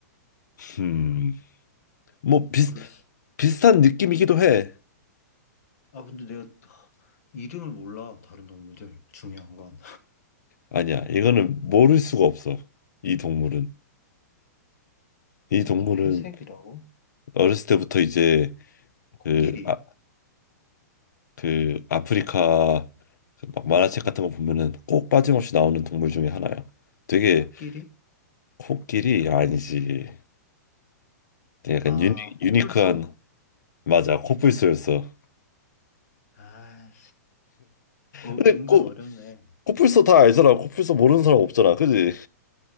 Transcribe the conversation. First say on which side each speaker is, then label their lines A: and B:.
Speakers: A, on the left; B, on the left.
A: 음, 뭐 비슷
B: 물소?
A: 비슷한 느낌이기도 해.
B: 아, 근데 내가 이름을 몰라, 다른 동물들. 중요한 건.
A: 아니야. 이거는 모를 수가 없어. 이 동물은.
B: 아,
A: 이
B: 진짜
A: 동물은
B: 회색이라고?
A: 어렸을 때부터 이제
B: 코끼리.
A: 그, 아, 그 아프리카 그막 만화책 같은 거 보면은 꼭 빠짐없이 나오는 동물 중에 하나야. 되게
B: 코끼리?
A: 코끼리 아니지. 되게 약간
B: 아,
A: 유니,
B: 코뿔소?
A: 유니크한 맞아. 코뿔소였어.
B: 아, 어, 은근
A: 근데 코,
B: 어렵네.
A: 코뿔소 다 알잖아. 코뿔소 모르는 사람 없잖아. 그지?